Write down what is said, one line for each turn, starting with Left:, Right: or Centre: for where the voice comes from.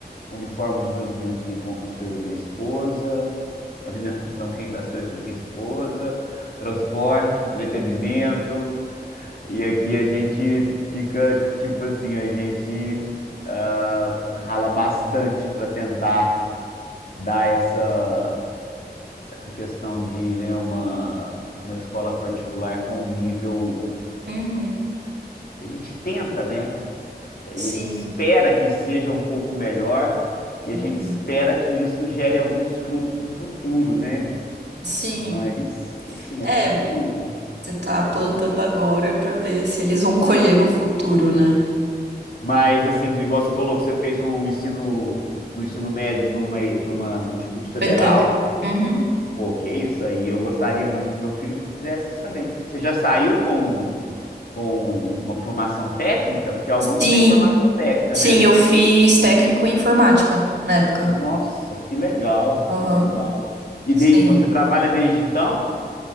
Left: Uniforme dos meus meninos, quem compra sou eu e minha esposa. <laughs> Alimentação, quem dá sou eu e minha esposa. Transporte, entretenimento. E aqui a gente fica, tipo assim, a gente ah, rala bastante para tentar dar essa, essa questão de, né, uma, uma escola particular com um nível.
Right: uhum,
Left: A gente tenta, né?
Right: sim,
Left: e a gente espera que seja um pouco melhor e a
Right: uhum,
Left: gente espera que isso gere alguns frutos no futuro, né?
Right: sim.
Left: Mas assim, é
Right: É,
Left: tudo.
Right: você tá plantando agora pra ver se eles vão colher no futuro, né?
Left: Mas assim, igual você falou que você fez um ensino no ensino médio numa, numa no Instituto Federal,
Right: É tec... Uhum.
Left: pô, que isso aí, eu gostaria muito que meu filho fizesse isso também. Você já saiu com com uma formação técnica? Porque alguns
Right: Sim,
Left: têm formação técnica,
Right: sim,
Left: né?
Right: eu fiz técnico em informática na época.
Left: Nossa, que legal,
Right: Aham.
Left: que legal. E,
Right: Sim.
Left: de- e você trabalha desde então?